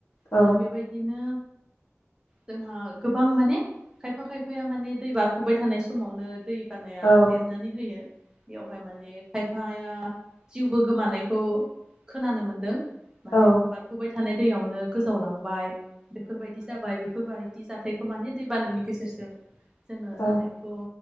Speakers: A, on the left; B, on the right.
A: औ
B: आरो बेबायदिनो जोंहा गोबां माने खायफा खायफाया माने दै बारफुबाय थानाय समावनो दै बानाया
A: औ
B: देरनानै होयो बेखौहाय माने खायफाया जिउबो गोमानायखौ खोनानो मोनदों माने
A: औ
B: बारफुबाय थानाय दैयावनो गोजावलांबाय बेफोरबायदि जाबाय बेफोरबाय दि जाथायखौ माने दै बानानि गेजेरजों जोङो
A: औ
B: जानायखौ